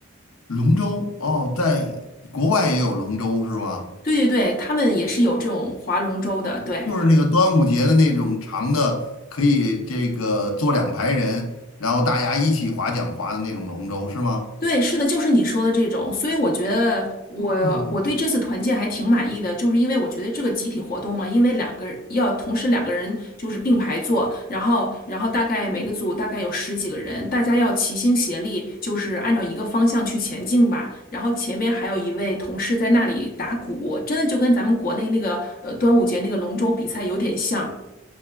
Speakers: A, on the left (about 80°); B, on the left (about 45°).
A: 龙舟哦，在国外也有龙舟是吗？
B: 对对对，他们也是有这种划龙舟的，对，
A: 就是那个端午节的那种长的，可以这个坐两排人，然后大家一起划桨划的那种龙舟是吗？
B: 对，是的，就是你说的这种，所以我觉得我我对这次团建还挺满意的，
A: 哦，
B: 就是因为我觉得这个集体活动嘛，因为两个人要同时两个人就是并排坐，然后然后大概每个组大概有十几个人，大家要齐心协力，就是按照一个方向去前进吧。然后前面还有一位同事在那里打鼓，真的就跟咱们国内那个呃端午节那个龙舟比赛有点像。